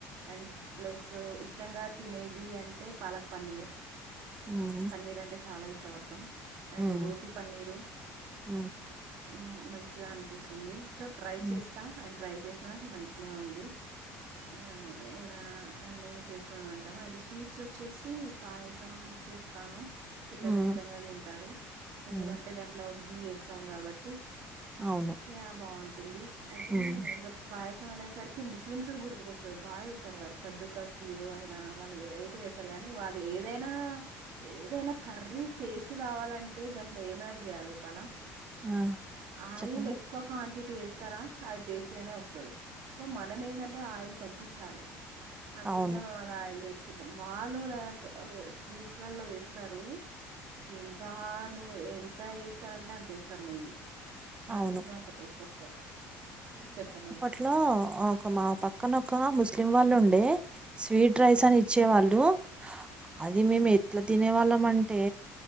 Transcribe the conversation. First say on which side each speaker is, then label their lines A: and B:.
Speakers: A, on the right; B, on the right.
A: అండ్ ప్లస్ ఇష్టంగా తినేది అంటే పాలక్ పన్నీర్
B: ఉమ్
A: పన్నీర్ అంటే చాలా ఇష్టపడతాం అండ్
B: ఉమ్
A: రోటీ పన్నీరు
B: ఉమ్
A: ఉమ్ మంచిగా అనిపిస్తుంది సో ట్రై
B: ఉమ్
A: చేస్తా అండ్ ట్రై చేసినా మంచినా ఉంది ఆ ఇలా అన్నీ చేస్సు ఉంటాము అండ్ స్వీట్స్ వచ్చేసి పాయసం చేస్తాను పిల్లలు
B: ఉమ్
A: ఇష్టంగా తింటారు ఎందుకంటే
B: ఉమ్.
A: దాంట్లో గీ వేస్తాం కాబట్టి
B: అవును
A: ఇగ బాగుంటుంది అయితే
B: హ్మ్
A: ఇంకా పాయసం అనేసరికి ముస్ ఫిలిమ్స్ గుర్తుకొస్తా బా వేస్తారు కద్దుక కీరో అయినా వాళ్ళు వెరటీ వేస్తారు కాని వాళ్ళు ఏదైనా ఏదైనా కర్రీ టేస్ట్ రావాలంటే దాంట్లో ఏం యాడ్ చేయాల్ చెప్పనా?
B: ఆ
A: ఆయిల్
B: చెప్పండి
A: ఎక్కువ క్వాంటిటీ వేస్తారా అది టేస్ట్గానే వస్తది సో మ మనమేందంటే ఆయిల్ తగ్గించాలి అందుకోసమే
B: అవును
A: మా వాల్ అలా ఆయిల్లో వేసుకుంటాం వాళ్ళు లైక్ స్వీట్స్ లలో వేస్తారు ఎంత నువ్వు ఎంత ఏస్తారంటే అంత ఎస్తారు నెయ్యి అందుకోసమే
B: అవును
A: అంత టేస్ట్ వస్తాది చెప్పండి మీర్
B: అట్లా ఒక మా పక్కన ఒక ముస్లిం వాళ్ళు ఉండే స్వీట్ రైస్ అని ఇచ్చేవాళ్ళు అది మేము ఎట్ల తినే వాళ్ళం అంటే